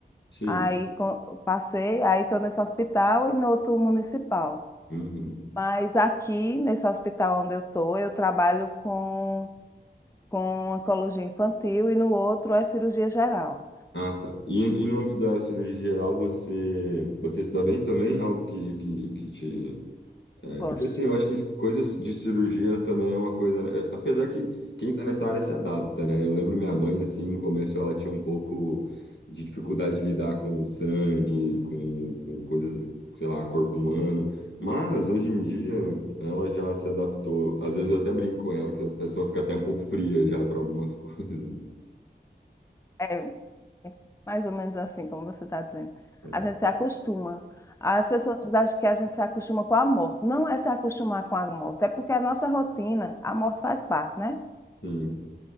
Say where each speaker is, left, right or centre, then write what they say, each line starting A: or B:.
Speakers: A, on the left; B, on the left.
A: Sim.
B: aí co- passei, aí estou nesse hospital e no outro municipal.
A: Uhum.
B: Mas aqui, nesse hospital onde eu estou, eu trabalho com, com oncologia infantil e no outro é cirurgia geral.
A: Ah, tá. E, e no âmbito da cirurgia geral, você, você se dá bem também? Algo que, que, que te. é,
B: Gosto.
A: porque assim, eu acho que coisas de cirurgia também é uma coisa, né? É, Apesar que quem tá nessa área se adapta, né? Eu lembro minha mãe, assim, no começo ela tinha um pouco de dificuldade de lidar com sangue, com, com coisas, sei lá, corpo humano. Mas hoje em dia ela já se adaptou. Às vezes eu até brinco com ela, que a pessoa fica até um pouco fria já para algumas <laughs> coisas. né?
B: É é mais ou menos assim, como você está dizendo.
A: É,
B: A gente se acostuma. As pessoas acham que a gente se acostuma com a morte. Não é se acostumar com a morte, é porque a nossa rotina, a morte faz parte, né?
A: Sim,